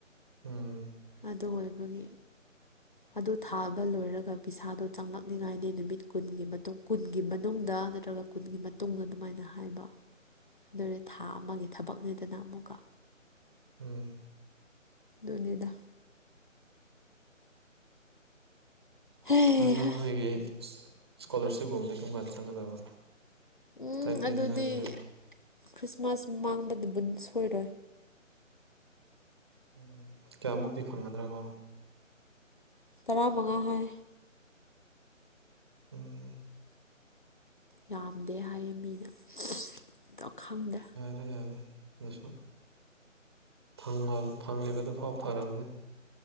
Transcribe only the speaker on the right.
ꯎꯝ
ꯎꯝ
ꯑꯗꯨ ꯅꯪ ꯅꯣꯏꯒꯤ ꯏꯁꯀꯣꯂꯥꯔꯁꯤꯞꯀꯨꯝꯕ ꯀꯔꯝ ꯀꯥꯟꯗ ꯆꯪꯒꯗꯕ
ꯏꯁꯇꯥꯏꯄꯦꯟ
ꯍꯥꯏꯁꯦ
ꯎꯝ ꯀꯌꯥꯃꯨꯛꯇꯤ ꯐꯪꯒꯗ꯭ꯔ ꯒꯣ
ꯎꯝ
ꯎꯝ ꯌꯥꯔꯦ ꯑꯗꯨꯁꯨ ꯐꯪꯂꯤ ꯐꯪꯂꯤꯕꯗꯨꯐꯥꯎ ꯐꯔꯕꯅꯤ